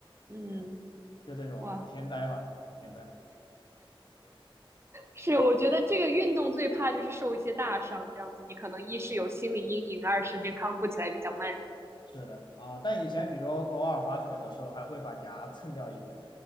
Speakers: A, on the right (about 25°); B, on the left (about 50°).
A: 嗯，
B: 对，就这种天灾吧，
A: 哇，
B: 对，天灾
A: 是，我觉得这个运动最怕就是受一些大伤，这样子你可能一是有心理阴影，二是这康复起来比较慢。
B: 是的啊。但以前比如偶尔滑雪的时候，还会把牙蹭掉一点，